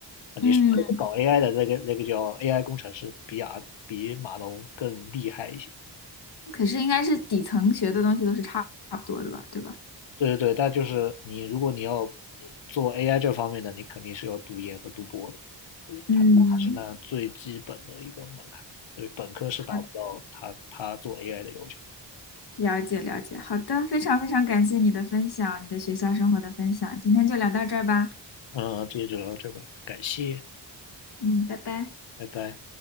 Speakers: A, on the left (about 85°); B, on the left (about 60°).
A: 啊，
B: 嗯，
A: 你是搞 AI 的那个那个叫 AI 工程师，比啊比码农更厉害一些。
B: 可是应该是底层学的东西都是差不多的吧，对吧？
A: 对对对，但就是你如果你要做 AI 这方面的，你肯定是要读研和读博的。对，
B: 嗯，
A: 它还是那最基本的一个门槛。对，本科是达不到它它做
B: 好
A: AI 的要求。
B: 了解了解，好的，非常非常感谢你的分享，你的学校生活的分享，今天就聊到这儿吧，
A: 嗯，今天就聊到这吧，感谢，
B: 嗯，拜拜。
A: 拜拜。